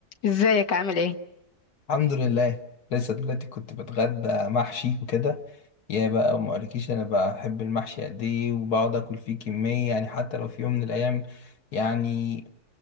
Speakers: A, on the left (about 90°); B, on the left (about 65°).
A: ازيك عامل ايه
B: الحمد لله لسه دلوقتي كنت بتغدى محشي وكده يا بقى ما اقولكيش انا بحب المحشي قد ايه وبقعد اكل فيه كميه يعني حتى لو في يوم من الايام يعني